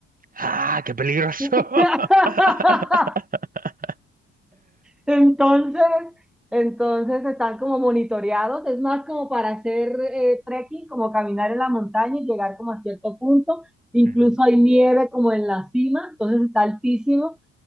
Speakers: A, on the right; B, in the centre.
A: Ah, qué peligroso.
B: <laughs>
A: <laughs>
B: Entonces, entonces están como monitoreados, es más como para hacer eh, trekking, como caminar en la montaña y llegar como a cierto punto. Incluso
A: Ujú.
B: hay nieve como en la cima, entonces está altísimo.